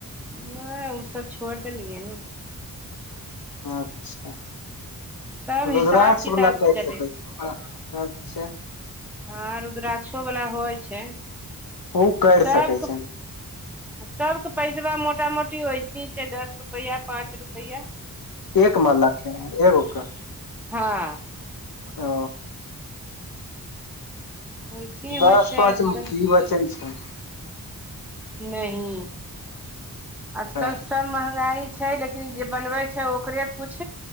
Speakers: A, in the centre; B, on the left.
A: नै उ सब छोड़ देलियै ने
B: अच्छा
A: सब
B: रुद्राक्ष
A: हिसाब किताब
B: वला कैर
A: से चलै
B: सकै
A: छै
B: छी अच्छा
A: हँं रुद्राक्षो बला होइ छै
B: उ कैर
A: सबके
B: सकै छैन
A: सबके पैसबा मोटा मोटी वइसे छै दस रुपैआ पाँच रुपैआ
B: एक मा ला के एगो के
A: हँ
B: ओ
A: वैसे होइ
B: दस
A: छै
B: पाँच
A: आजकल
B: मे की बचै छै
A: नही आजकल
B: तऽ
A: सब महगाई छै लेकिन जे बनवै छै ओकरे कुछ